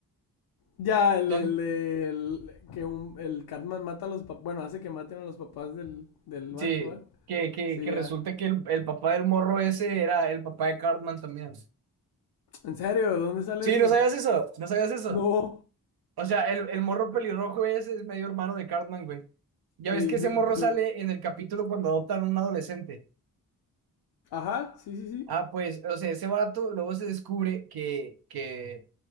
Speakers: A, on the left; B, on the right.
A: Ya, el,
B: Don,
A: el, el- que un, el Cartman mata a los papás, bueno, hace que maten a los papás del, del vato,
B: sí.
A: ¿va?
B: Que, que,
A: Sí,
B: que
A: ya.
B: resulta que el, el papá del morro ese era el papá de Cartman también.
A: ¿En serio? ¿Dónde sale
B: Sí,
A: eso?
B: no sabías eso. No sabías eso.
A: No.
B: O sea, el, el morro pelirrojo ese es medio hermano de Cartman, güey. Ya
A: Ey,
B: ves que ese morro
A: pero,
B: sale en el capítulo cuando adoptan a un adolescente.
A: ajá, sí, sí, sí.
B: Ah, pues, o sea, ese vato luego se descubre que, que,